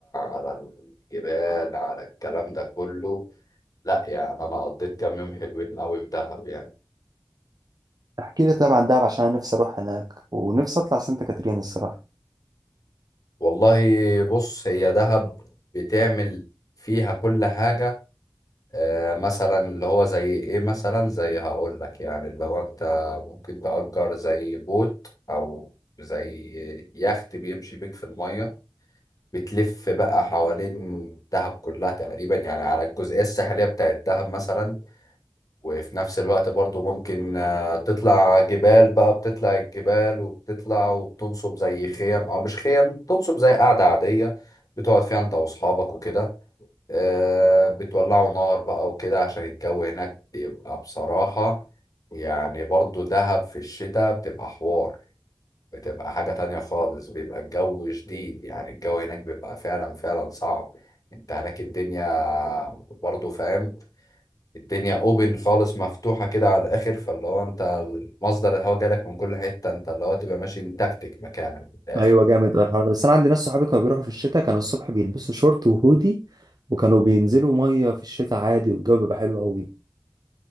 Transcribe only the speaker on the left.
على الجبال على الكلام ده كله لا يعني انا قضيت كام يوم حلوين قوي في دهب يعني
والله بص هي دهب بتعمل فيها كل حاجه آه، مثلا اللي هو زي ايه مثلا زي هقول لك يعني اللي هو انت ممكن تأجر زي بوت او زي يخت بيمشي بيك في المية بتلف بقى حوالين دهب كلها تقريبا يعني على الجزئية الساحلية بتاعت دهب مثلا وفي نفس الوقت برضو ممكن آه، تطلع جبال بقى بتطلع الجبال وبتطلع وبتنصب زي خيم او مش خيم تنصب زي قعدة عادية بتقعد فيها انت واصحابك وكده آه، بتولعوا نار بقى وكده عشان الجو هناك بيبقى بصراحة يعني برضو دهب في الشتاء بتبقى حوار بتبقى حاجة تانية خالص بيبقى الجو شديد يعني الجو هناك بيبقى فعلا فعلا صعب انت هناك الدنيا برضو فاهم الدنيا اوبن خالص مفتوحة كده على الاخر فاللي هو انت مصدر الهواء جالك من كل حتة انت اللي هو تبقى ماشي متكتك مكانك في الاخر